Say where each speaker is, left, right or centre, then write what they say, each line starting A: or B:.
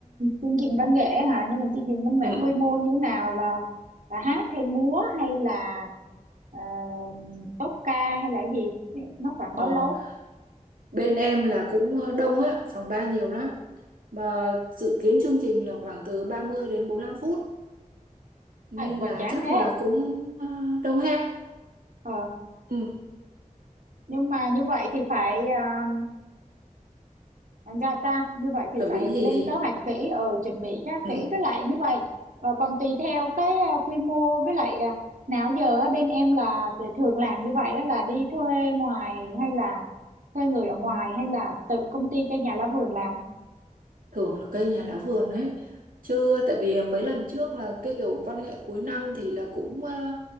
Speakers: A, on the right; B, on the right.
A: chương trình văn nghệ hả? Nhưng mà chương trình văn nghệ
B: Ừ.
A: quy mô như thế nào là là hát hay múa hay là ờ, tốp ca hay là cái gì? Nó khoảng bao
B: Ờ,
A: lâu?
B: bên em là cũng ờ, đông á, phòng ban nhiều lắm. Mà dự kiến chương trình là khoảng từ 30 đến bốn lăm phút nên
A: À, hoành
B: là
A: tráng
B: chắc
A: thế.
B: là cũng ờ, đông ha.
A: Ờ,
B: Ừ,
A: nhưng mà như vậy thì phải ờ, Thành ra ta như vậy thì
B: chuẩn
A: phải
B: bị gì
A: lên
B: thì
A: kế hoạch kỹ ừ, chuẩn bị khá
B: ừ.
A: kỹ với lại như vậy ờ, còn tùy theo cái ờ, quy mô với lại ờ, nào giờ á, bên em là t- thường làm như vậy á, là đi thuê ngoài hay là thuê người ở ngoài hay là tự công ty cho nhà lá vườn làm
B: thường là cây nhà lá vườn ấy chứ tại vì mấy lần trước là cái kiểu văn nghệ cuối năm thì là cũng à,